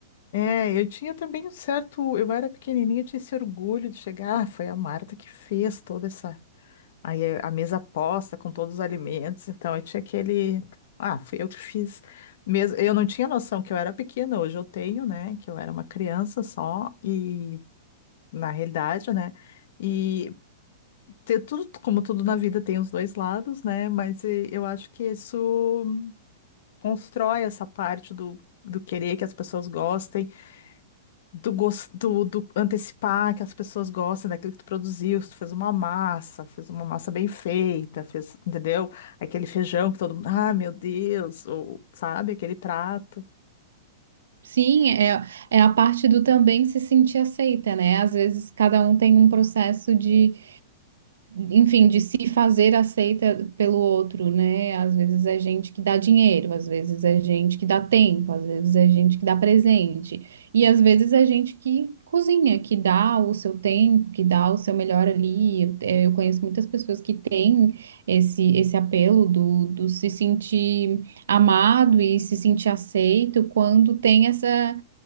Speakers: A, on the left; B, on the right.
A: É, eu tinha também um certo. Eu era pequenininha, eu tinha esse orgulho de chegar. Ah, foi a Marta que fez toda essa. Aí é a mesa posta com todos os alimentos, então eu tinha aquele. Ah, fui eu que fiz. Mesmo, eu não tinha noção que eu era pequena, hoje eu tenho, né? Que eu era uma criança só e, na realidade, né? E ter tudo, como tudo na vida tem os dois lados, né? Mas eh, eu acho que isso constrói essa parte do, do querer que as pessoas gostem, do, gos- do, do antecipar que as pessoas gostem daquilo que tu produziu, se tu fez uma massa, fez uma massa bem feita, fez, entendeu? Aquele feijão que todo mundo, ah, meu Deus, ou sabe, aquele prato.
B: Sim, é, é a parte do também se sentir aceita, né? Às vezes cada um tem um processo de enfim, de se fazer aceita pelo outro, né? Às vezes é gente que dá dinheiro, às vezes é gente que dá tempo, às vezes é gente que dá presente, e às vezes é gente que cozinha, que dá o seu tempo, que dá o seu melhor ali. Eu, eh, eu conheço muitas pessoas que têm esse, esse apelo do, do se sentir amado e se sentir aceito quando tem essa